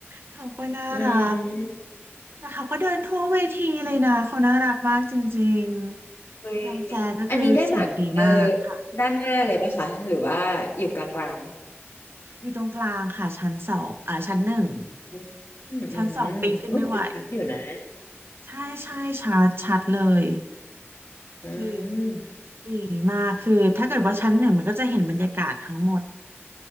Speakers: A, on the right; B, on the left.
A: เขาก็น่ารัก
B: อืม
A: แล้วเขาก็เดินทั่วเวทีเลยนะเขาน่ารักมากจริงๆยองแจก็คือเสียงดีมากค่ะ
B: เฮ้ยอันนี้ได้บัตรเออด้านหน้าเลยปะคะหรือว่าอยู่กลาง
A: อยู่ตรงกลางค่ะชั้นสองอ่าชั้นหนึ่ง
B: ๆอืมอืมอืม
A: ชั้นสองปีนขึ้นไม่ไหว
B: อยู่นะ
A: ใช่ใช่ชัดชัดเลย
B: อื
A: คือ
B: ม
A: ดีมากคือถ้าเกิดว่าชั้นหนึ่งมันก็จะเห็นบรรยากาศทั้งหมด